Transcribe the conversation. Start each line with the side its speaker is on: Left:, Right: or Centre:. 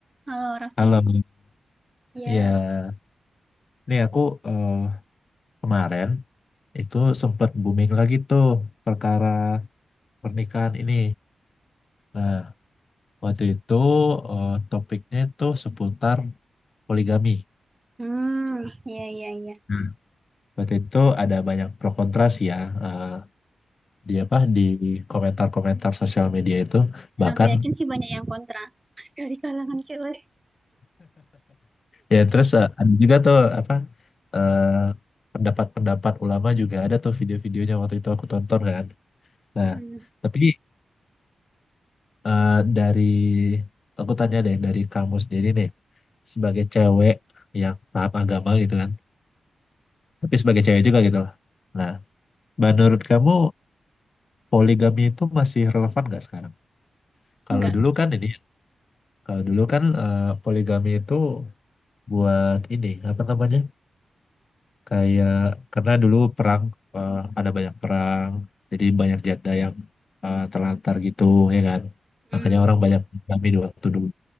Right: Halo Raffi,
Left: Halo,
Right: iya,
Left: ya, nih aku eh, kemarin itu sempat booming lagi tuh perkara pernikahan ini. Nah, waktu itu eh, topiknya itu seputar poligami.
Right: mmm, iya iya iya,
Left: Nah, waktu itu ada banyak pro kontra sih ya. eh, di apa di komentar-komentar sosial media itu
Right: dan
Left: bahkan
Right: aku yakin sih banyak yang kontra <laughs> dari kalangan cewek.
Left: ya terus eh, ada juga tuh apa eh, pendapat-pendapat ulama juga ada tuh video-videonya waktu itu aku tonton kan. Nah,
Right: Mhm,
Left: tapi Eh, dari aku tanya deh dari kamu sendiri nih sebagai cewek yang paham agama gitu kan tapi sebagai cewek juga gitu lah nah menurut kamu poligami itu masih relevan nggak sekarang kalau
Right: enggak,
Left: dulu kan ini kalau dulu kan eh, poligami itu buat ini apa namanya kayak karena dulu perang eh, ada banyak perang jadi banyak janda yang eh, terlantar gitu ya kan
Right: mmm,
Left: makanya orang banyak poligami di waktu dulu